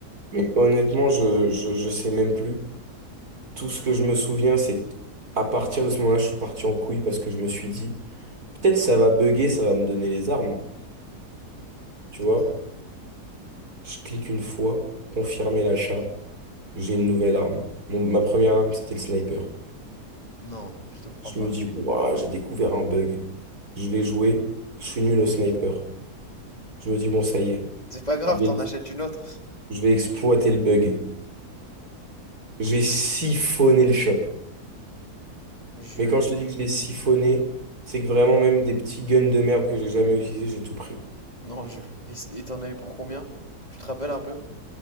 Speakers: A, on the right; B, on the left.
A: Mais honnêtement, je, je, je sais même plus. Tout ce que je me souviens, c'est qu'à partir de ce moment-là, je suis parti en couille parce que je me suis dit, peut-être ça va bugger, ça va me donner les armes. Tu vois?
B: Non,
A: Je clique une fois, confirmer l'achat, j'ai une nouvelle arme. Mon- ma première arme, c'était le sniper.
B: non, je te crois
A: Je
B: pas.
A: me dis, waouh, j'ai découvert un bug. Je vais jouer, je suis nul au sniper. Je me dis, bon, ça y est,
B: C'est pas grave,
A: je vais,
B: t'en achètes une autre.
A: je vais exploiter le bug. J'ai siphonné le shop.
B: Jules,
A: Mais quand je te dis que je l'ai siphonné, c'est que vraiment même des petits guns de merde que j'ai jamais utilisés, j'ai tout pris.
B: Non, Jules. Et et t'en as eu pour combien? Tu te rappelles un peu?